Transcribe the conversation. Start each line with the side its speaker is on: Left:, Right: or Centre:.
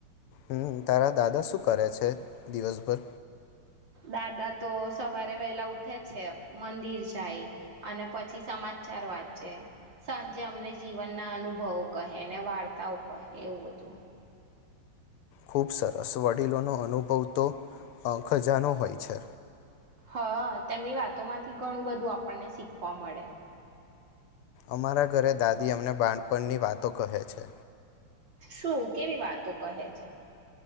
Left: હમ તારા દાદા શું કરે છે દિવસભર
Right: દાદા તો સવારે વહેલા ઉઠે છે મંદિર જાય અને પછી સમાચાર વાંચે સાંજે અમને જીવન ના અનુભવો કહે ને વાર્તાઓ કહે એવું બધું
Left: ખૂબ સરસ વડીલોનો અનુભવ તો ખજાનો હોય છે
Right: હા તેમની વાતો માંથી ઘણું બધું આપણને શીખવા મળે
Left: અમારા ઘરે દાદી અમને બાણપણની વાતો કહે છે
Right: શું કેવી વાતો કહે છે